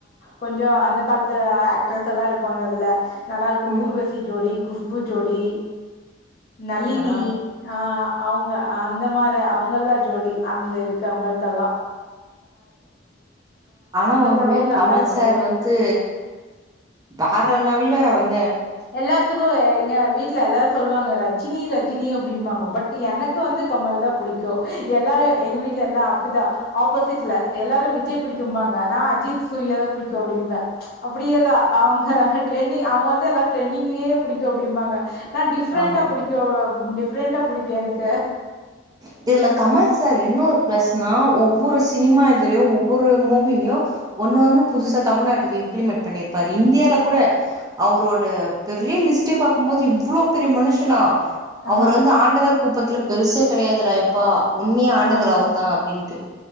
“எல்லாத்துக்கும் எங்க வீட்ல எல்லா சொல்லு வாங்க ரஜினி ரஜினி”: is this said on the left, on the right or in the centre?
Left